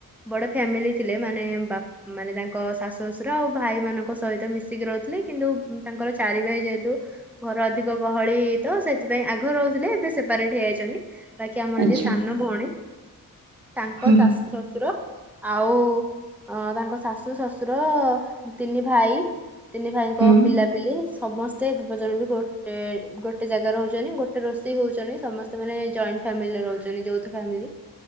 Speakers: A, in the centre; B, on the right (about 80°).
A: ବଡ ଫ୍ୟାମିଲି ଥିଲେ ମାନେ ବା ମାନେ ତାଙ୍କ ଶାଶୁ ଶଶୁର ଆଉ। ଭାଇ ମାନଙ୍କ ସହିତ ମିଶିକି ରହୁଥିଲେ କିନ୍ତୁ ତାଙ୍କର ଚାରି ଭାଇ ଯେହେତୁ ଘର ଅଧିକ ଗହଳି ହେଇ ତ ସେଥିପାଇଁ ଆଗ ରହୁଥିଲେ ଏବେ ସେପାରେଟ ହେଇଯାଇଛନ୍ତି। ବାକି ଆମର
B: ଆଚ୍ଛା
A: ଯିଏ ସାନ ଭଉଣୀ ତାଙ୍କ
B: ହୁଁ
A: ଶାଶୁ ଶଶୁର ଆଉ ତାଙ୍କ ତାଙ୍କ ଶାଶୁ ଶ୍ୱଶୁର। ତିନି ଭାଇ ତିନି ଭାଇଙ୍କ
B: ହୁଁ
A: ପିଲାପିଲି। ସମସ୍ତେ ବିପଜନ ବି ଗୋଟେ ଗୋଟେ ଜାଗା ରହୁଛନ୍ତି ଗୋଟେ ରୋଷେଇ ହଉଛନ୍ତି ସମସ୍ତେ ମାନେ ଜଏଣ୍ଟ ଫ୍ୟାମିଲିରେ ରହୁଛନ୍ତି ଯୌଥ ଫାମିଲି।